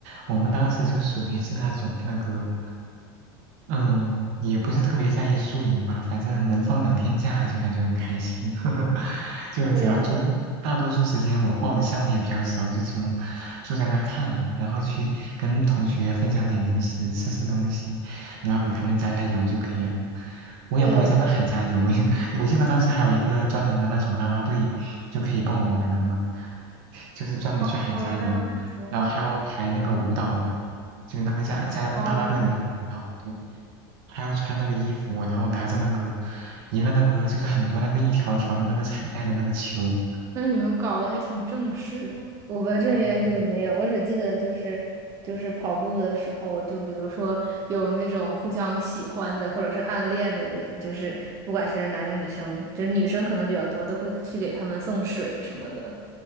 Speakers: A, on the right (about 60°); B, on the right (about 25°).
A: 我们当时就属于是那种那个嗯，也不是特别在意输赢吧，反正能放两天假就感觉很开心。<laughs> 就只要做，
B: 对，
A: 大多数时间我报的项目也比较少，就只用坐在那看嘛，然后去跟同学分享点零食，吃吃东西，然后给他们加加油就可以了。我也不会在那喊加油，
B: 对的，对的。
A: <laughs> 我记得当时还有一个专门的那种啦啦队，就可以报名的那个，就是专门去喊加油，
B: 哦，这样子。
A: 然后还要排那个舞蹈的，就那个加加啦啦队的那个舞蹈，
B: 哦，
A: 对。还要穿那个衣服，然后拿着那个一个那个就是很多那个一条一条的那个彩带的那个球
B: 那你们搞得还挺正式的。我们这边就是没有，
A: 啊，对
B: 我只记得就是就是跑步的时候，就比如说有那种互相喜欢的或者是暗恋的人，就是不管是男生女生，就女生可能比较多，都会去给他们送水什么的。